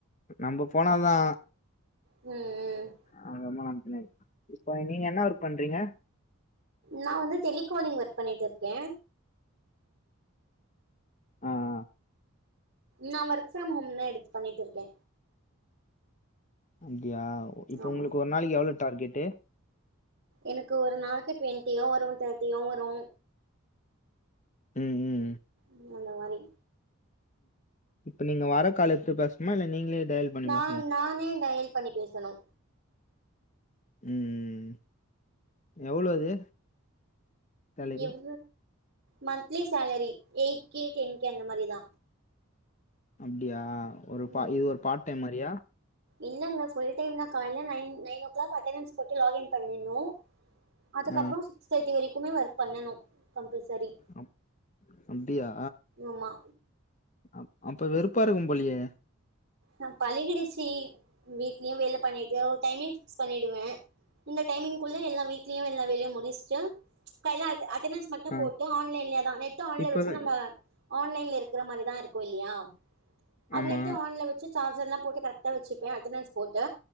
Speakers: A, on the left; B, on the right.
A: நம்ம போனாதா
B: இது
A: ஆ ரொம்ப நன்றி இப்ப நீங்க என்ன ஒர்க் பண்றீங்க
B: நா வந்து டெலிகாலிங் ஒர்க் பண்ணிக்ட்டு இருக்கே
A: ஆ ஆ
B: நா ஒர்க் ப்ரம் ஹோம் தா எடுத்து பண்ணிக்ட்ருக்கே
A: அப்படியா இப்ப
B: ஆமா
A: உங்களுக்கு ஒரு நாளைக்கி எவ்வளோ டார்கெட்டு்
B: எனக்கு ஒரு நாளைக்கி டுவெண்ட்டியு வரு தேட்டியு வரு
A: ம் ம்
B: ம் அந்த மாரி
A: இப்ப நீங்க வர கால எடுத்து பேசனுமா இல்ல நீங்களே டயல் பண்ணி
B: நா
A: பேசணுமா
B: நானே டயல் பண்ணி பேசணு
A: ம் எவளோ அது சேலரி
B: இவ் monthly salary eight K ten K அந்த மாரி தா
A: அப்டியா ஒரு பா
B: ம்
A: இது ஒரு பார்ட் டைம் மாரியா
B: இல்லங்க புல் டைம் தா கால்ல nine nine o'clock attendance போட்டு லாக் இன் பண்ணின்ணு அதுக்கப்புறோ
A: ஆ
B: சிக்ஸ் தேட்டி வரைக்குமே ஒர்க் பண்ணணு கம்பல்சரி
A: அப் அப்டியா
B: ஆமா
A: அ அப்ப வெறுப்பா இருக்கும் போலியே
B: நம் பழகிடிச்சு வீட்லயு வேல பண்ணிட்டு ஒரு டைமிங் ஃபிக்ஸ் பண்ணிடுவ இந்த டைமிங்குள்ள எல்லா வீட்லயு எல்லா வேலயு முடுச்சுட்டு காய்ல அட்டெண்டன்ஸ் மட்டு
A: ஆ
B: போட்டு ஆன்லைன்லே தா நெட்டு ஆன்லே
A: இப்பதான்
B: வச்சு நம்ம ஆன்லைன்ல இருக்கிற மாரி தா இருக்கு இல்லியா அதுவெக்கு
A: ஆமா
B: ஆன்ல விட் சு சார்ஜர்லா போட்டு கரெக்டா வெச்சுப்பே அட்டனன்ஸ் போட்டு